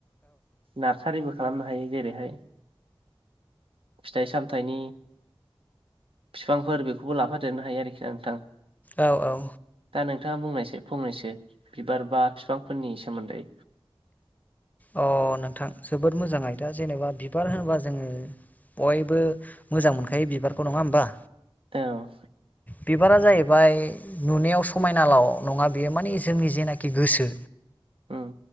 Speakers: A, on the right; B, on the left.
A: नार्सारिबो खालामनो हायो। जेरैहाय फिथाइ सामथाइनि फिफांफोर बेखौबो लाफादेरनो हायो आरोखिना नोंथां।
B: औ औ
A: दा नोंथाङा बुंनायसै फंनैसो बिबार बा फिफांफोरनि सोमोन्दै
B: अ नोंथां जोबोद मोजां आयदा जेनेबा बिबार होनोबा जोङो बयबो मोजां मोनखायो बिबारखौ नङा होमबा?
A: औ
B: बिबारा नुनायाव समायनाल' नङा बियो मानि जोंनि जेनाखि गोसो
A: उम